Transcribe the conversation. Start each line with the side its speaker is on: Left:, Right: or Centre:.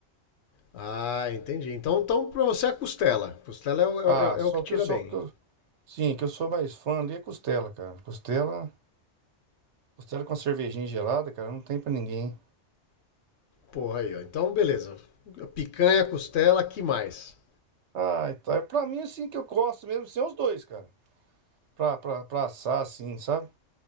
Left: Ah, entendi. Então, então pra você é costela. Costela é, o- é
Right: Ah,
Left: o- é
Right: só
Left: o que tira
Right: que eu sou,
Left: bem.
Right: que eu- sim, que eu sou mais fã ali é costela, cara. Costela, costela com uma cervejinha gelada, cara, não tem pra ninguém.
Left: Porra aí, ó. Então, beleza. Picanha, costela, que mais?
Right: Ah, então é pra mim assim que eu gosto mesmo, são os dois, cara. Pra, pra, pra assar assim, sabe?